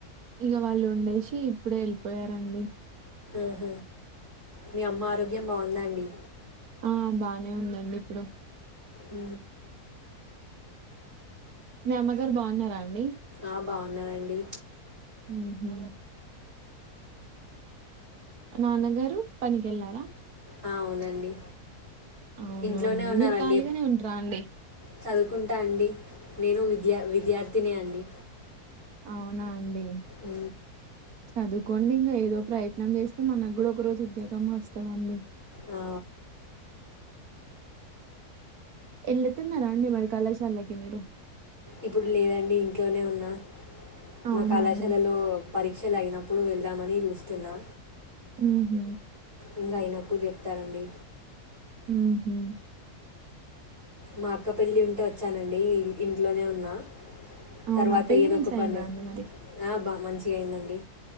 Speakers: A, on the right; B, on the right.
A: ఇక వాళ్ళు ఉండేసి ఇప్పుడే వెళ్ళిపోయారండి
B: ఆహ మీ అమ్మ ఆరోగ్యం బాగుందా అండి
A: ఆ బానే ఉందండి ఇప్పుడు
B: ఆ
A: మీ అమ్మగారు బాగున్నారా అండి
B: ఆ బాగున్నారండి
A: ఉహు నాన్నగారు పనికెళ్లారా
B: ఆ, అవునండి
A: అవునా
B: ఇంట్లోనే
A: అండి
B: ఉన్నారండి
A: మీరు ఖాళీగానే ఉంటార అండి
B: చదువుకుంటా అండి నేను విద్యా విద్యార్థినే అండి
A: అవునా అండి
B: అ
A: చదువుకోండి ఇంకా ఏదో ప్రయత్నం చేస్తే మనకు కూడా ఒక రోజు ఉద్యోగం వస్తదండి
B: ఆ
A: వెళ్ళుతున్నారా అండి మరి కళాశాలకి మీరు
B: ఇప్పుడు లేదండి ఇంట్లోనే ఉన్నా
A: అవునా
B: మా కళాశాలలో
A: అండి
B: పరీక్షలు అయిన అప్పుడు వెళ్దామని చూస్తున్నా
A: ఉహ
B: ఇంకా అయినప్పుడు చెప్తారండి
A: ఉహు
B: మా అక్కపెళ్లి ఉంటే వచ్చానండి ఇంట్లోనే ఉన్నా
A: అవునా
B: తర్వాత
A: పెళ్ళి
B: ఏదో
A: మంచిగ
B: ఒక పని
A: అయిదా అండి మరి
B: బా మంచిగా అయిందండి